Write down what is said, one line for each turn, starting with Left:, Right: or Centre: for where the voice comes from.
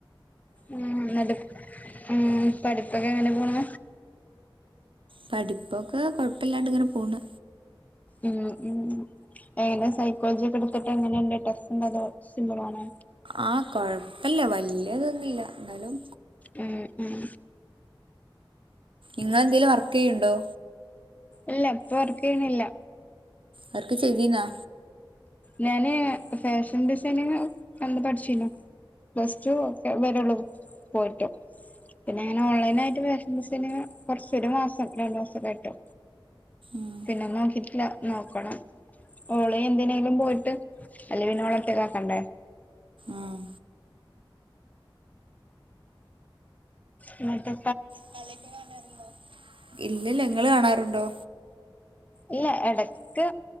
Left: ഉം ഇന്നട്ട് ഉം പഠിപ്പൊക്കെങ്ങനെ പോണ്
Right: പഠിപ്പൊക്കെ കൊഴപ്പല്ലാണ്ട് ഇങ്ങനെ പോണ്
Left: ഉം ഉം എങ്ങനെ സൈക്കോളജിയൊക്കെ എട്ത്ത്ട്ടെ എങ്ങനെണ്ട് ടഫ് ഉണ്ടോ സിമ്പ്ളാണോ
Right: ആ കൊഴപ്പം ഇല്ല വല്ല്യ ഇതൊന്നുല്ല ഇന്നാലും
Left: ഉം ഉം
Right: ഇങ്ങളെന്തേലും വർക്കെയ്യ്ണ്ടോ?
Left: ഇല്ല ഇപ്പൊ വർക്ക് ചെയ്യ്ണില്ല
Right: വർക്ക് ചെയ്തീന്നാ?
Left: ഞാന് ഫാഷൻ ഡിസൈനിങ്ങിന് അന്ന് പഠ്ച്ചീനു പ്ലസ് ടു ഒക്കെ വരെള്ളൂ പോയിട്ട് പിന്നെങ്ങനെ ഓൺലൈനായിട്ട് ഫാഷൻ ഡിസൈനിങ്ങ് കുറച്ചൊരു മാസം രണ്ട് മാസെക്കായിട്ട്
Right: ഉം
Left: പിന്നെ നോക്കീട്ടില്ല നോക്കണം ഓള് എന്തിനാ ലും പോയിട്ട് അല്ലെ പിന്നെ ഒളെ ഒറ്റക്കാക്കണ്ടേ
Right: ആഹ്
Left: ഇന്നട്ട്
Right: കളിയൊക്കെ കാണാറുണ്ടോ ഇല്ല്യല്ല ഇങ്ങള് കാണാറുണ്ടോ?
Left: ഇല്ല എടക്ക്